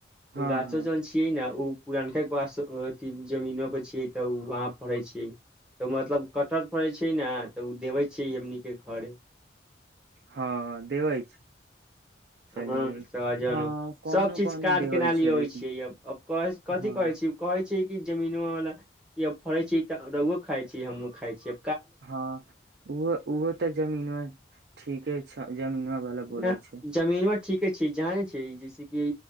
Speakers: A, on the right; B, in the centre.
A: हँ
B: ओ गाछो
A: हँ
B: जन छ छिय न ओ पुरानका अथि जमीनमा पर छियै तऽ वहाँ पढ़े छियै तऽ मतलब कटहर फड़ै छै ने तऽ ओ देबै छियै हमनीक के घरे
A: हँ देबइ छै चलियै
B: ह सहजन
A: हँ कोनो
B: सब चीज
A: कोनो
B: काड
A: देबै
B: केना लिय
A: छै लेकिन
B: अबै छियै अब क
A: हँ
B: कथि कहै छी कहै छै कि जमीनो वाला य फड़े छै तऽ रुओ खाइ छी हमूँ खाय छीय
A: हँ ओहो ओहो तऽ जमीन मे ठीके छै जमीनमा वला बोले
B: ना
A: छै
B: जमीनवा ठीके छै जाने छै जैसे कि